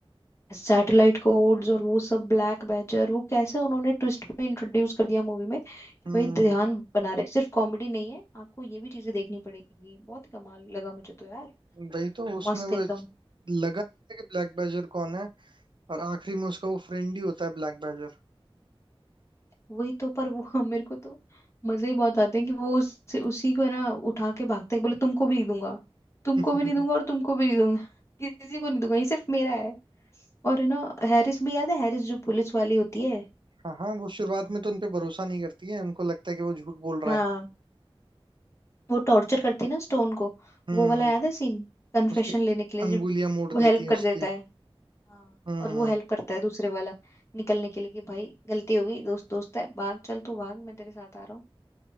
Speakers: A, on the left; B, on the right.
A: सैटेलाइट कोड्स और वो सब ब्लैक बैजर वो कैसे उन्होंने ट्विस्ट पे इंट्रोड्यूस कर दिया मूवी में कि
B: हम्म
A: भाई ध्यान बना रहे सिर्फ कॉमेडी नहीं है आपको ये भी चीजें देखनी पड़ेगी बहुत ही कमाल लगा मुझे तो यार
B: वही तो उसमें
A: मस्त एकदम
B: वो लगा रहता है कि ब्लैक बैजर कौन है और आखिरी में उसका वो फ्रेंड ही होता है ब्लैक बैजर
A: वही तो पर वो <laughs> हम मेरे को तो मजे ही बहुत आते हैं कि वो उस, उसी को है ना उठा के भागते हैं बोले तुमको भी नहीं दूंगा तुमको
B: <laughs>
A: भी नहीं दूंगा और तुमको भी नहीं दूंगा <laughs> किसी को नहीं दूंगा ये सिर्फ मेरा है और है ना हैरिस भी याद है हैरिस जो पुलिस वाली होती है
B: हाँ हाँ वो शुरुआत में तो उनपे भरोसा नहीं करती है उनको लगता है कि वो झूठ बोल रहा
A: हाँ
B: है
A: वो टॉर्चर करती है ना स्टोन को
B: हम्म
A: वो वाला याद है सीन कन्फेशन
B: उसकी
A: लेने के लिए
B: अंगुलियां
A: जब
B: मोड़
A: वो
B: देती
A: हेल्प
B: है
A: कर
B: उसकी
A: देता है हाँ
B: हम्म
A: और वो हेल्प करता है दूसरे वाला निकलने के लिए कि भाई गलती हो गई दोस्त दोस्त है भाग चल तू भाग मैं तेरे साथ आ रहा हूँ